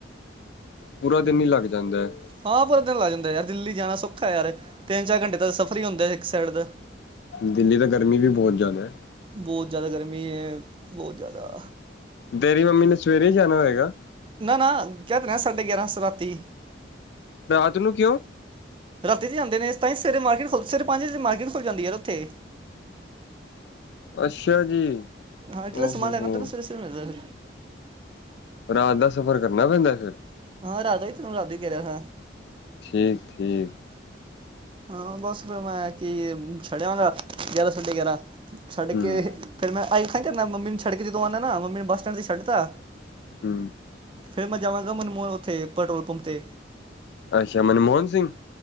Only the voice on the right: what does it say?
ਹੂੰ
ਹਾਂ ਪੂਰਾ ਦਿਨ ਲੱਗ ਜਾਂਦਾ ਯਾਰ ਦਿੱਲੀ ਜਾਣਾ ਸ ਖੈ ਯਾਰ ਤਿੰਨ-ਚਾਰ ਘੰਟੇ ਦਾ ਤੇ ਸਫ਼ਰ ਹੀ ਹੁੰਦੈ ਇੱਕ ਸੈਡ ਦਾ
ਬੌਤ ਜਿਆਦਾ ਗਰਮੀ ਏ ਬੌਤ ਜਿਆਦਾ
ਨਾ-ਨਾ ਕਹਿ ਦੇਣਾ <unintelligible> ਸਾਢੇ ਗਿਆਰਾਂ ਸ ਰਾਤੀ
ਰਾਤੀ 'ਚ ਜਾਂਦੇ ਨੇ ਤਾਂ ਸਵੇਰੇ ਮਾਰਕੀਟ ਸਵੇਰੇ ਪੰਜ ਵਜੇ ਮਾਰਕੀਟ ਖੁੱਲ ਜਾਂਦੀ ਹੈ ਉਥੇ
ਹਾਂ ਇੱਕਲਾ
ਸਮਾਨ
ਲੈਣਾ
ਤੈਨੂੰ ਸਵੇਰੇ -ਸਵੇਰੇ ਮਿਲ ਜਾਏਗਾ।
ਹਾਂ ਰਾਤ ਦਾ ਹੀ ਤੈਨੂੰ ਰਾਤੀਂ ਕਹਿ ਰਿਹਾ ਹਾਂ।
ਹਾਂ, ਬਸ ਫਿਰ ਮੈਂ ਕਿ ਛੱਡ ਆਂ ਗਾ ਗਿਆਰਾਂ ਸਾਡੇ ਗਿਆਰਾਂ। ਛੱਡ ਕੇ,
ਫਿਰ ਮੈਂ ਆਈ <unintelligible> ਤਾ ਪਤਾ ਕੀ ਕਰਦਾ ਮੰਮੀ ਨੂੰ ਛੱਡ ਕੇ ਜਦੋਂ ਆਉਂਦਾ ਨਾ, ਮੰਮੀ ਨੂੰ ਬੱਸ ਸਟੈਂਡ ਤੇ ਛੱਡ ਤਾ
ਫਿਰ, ਮੈਂ ਜਾਵਾਂਗਾ ਮਨ ਮਹਨ ਉੱਥੇ ਪੈਟਰੋਲ ਪੰਪ ਤੇ।